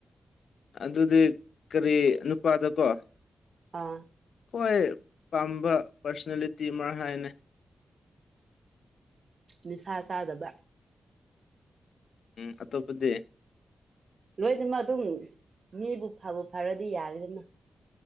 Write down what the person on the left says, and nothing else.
ꯑꯗꯨꯗꯤ ꯀꯔꯤ ꯅꯨꯄꯥꯗꯀꯣ
ꯍꯣꯏ ꯄꯥꯝꯕ ꯄꯥꯔꯁꯅꯦꯂꯤꯇꯤ ꯑꯃ ꯍꯥꯏꯌꯣꯅꯦ
ꯎꯝ ꯑꯇꯣꯞꯄꯗꯤ